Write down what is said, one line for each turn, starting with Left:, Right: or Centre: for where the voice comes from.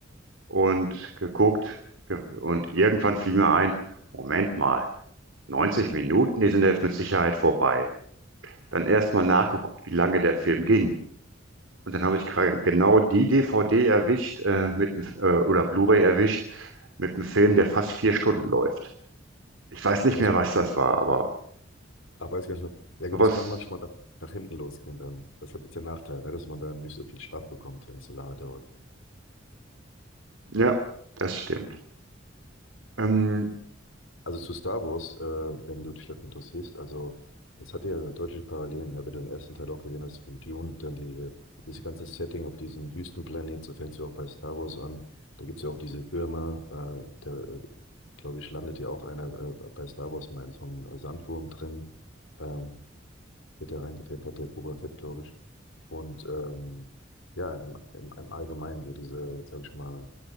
Right: und geguckt ge und irgendwann fiel mir ein, Moment mal, 90 Minuten, die sind ja jetzt mit Sicherheit vorbei. Dann erst mal nachgeguckt, wie lange der Film ging. Und dann habe ich gra- genau die DVD erwischt, äh, mit, dem- äh, oder Blu-ray erwischt, mit einem Film, der fast vier Stunden läuft. Ich weiß nicht
Left: also,
Right: mehr, was das war, aber
Left: aber weiß ich gar nicht, mehr. ja
Right: sowas,
Left: gut, das kann manchmal nach, nach hinten losgehen dann. Das hat jetzt den Nachteil, ne, dass man dann nicht so viel Schlaf bekommt, wenn es so lange dauert.
Right: ja, das stimmt. Ähm,
Left: Also zu Star Wars, äh, wenn du dich dafür interessierst, also das hat ja deutliche Parallelen, ne? wenn du den ersten Teil auch gesehen hast von Dune, dann diese, diese ganze Setting auf diesem Wüstenplanet, so fängt es ja auch bei Star Wars an. Da gibt es ja auch diese Würmer, äh, da äh, glaube ich, landet ja auch einer äh, bei Star Wars mal in so einem Sandwurm drin, ähm, wird da reingeklettert, der Boba Fett, glaube ich. Und ähm, ja, im, im, im Allgemeinen so diese, sag ich mal,